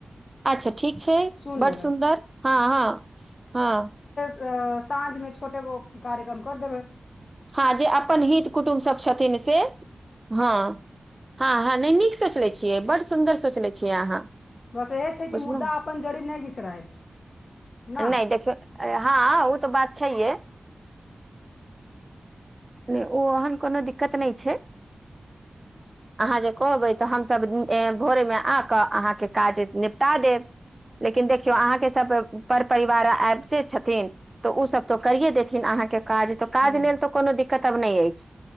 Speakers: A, on the right; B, on the left.
A: अच्छा ठीक छै
B: सुनि
A: बड
B: लेबै
A: सुन्दर हँ हँ हँ
B: त साँझमे छोटेगो कार्यक्रम करि देबै
A: हँ जे अपन हित कुटुम्ब सब छथिन से हँ हँ हँ नहि नीक सोचलने छियै बड्ड सुन्दर सोचले छियै अहाँ
B: बस इएह छै
A: बुझलहु
B: कि मुद्दा अपन जड़ी नहि बिसराय ने
A: नहि देखियौ हँ ओ तऽ बात छैहे नहि ओ ओहन कोनो दिक्कत नहि छै अहाँ जे कहबै तऽ हम सब ए भोरे मे आके अहाँके काज निपटा देब लेकिन देखियौ अहाँके सब पर परिवार आबिते छथिन तऽ ओसभ तऽ करिए देथिन अहाँके काज तऽ काज
B: हूँ
A: लेल तऽ कोनो दिक्कत आब नय अछि